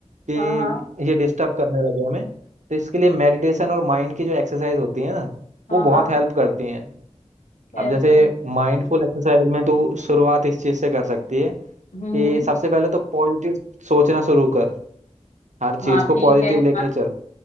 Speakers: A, on the right (about 85°); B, on the left (about 80°).
A: कि
B: हाँ हाँ
A: ये डिस्टर्ब करने लगे हमें तो इसके लिए मेडिटेशन और माइंड की जो एक्सरसाइज होती है ना
B: हाँ
A: वो बहुत
B: हाँ
A: हेल्प करती हैं
B: कैसे
A: अब जैसे
B: हम्म
A: माइंडफुल एक्सरसाइज में तू शुरुआत इस चीज़ से कर सकती है
B: हम्म
A: कि सबसे पहले तो पॉजिटिव सोचना शुरू कर हर चीज
B: हाँ
A: को
B: ठीक
A: पॉजिटिव
B: है
A: लेके
B: हाँ
A: चल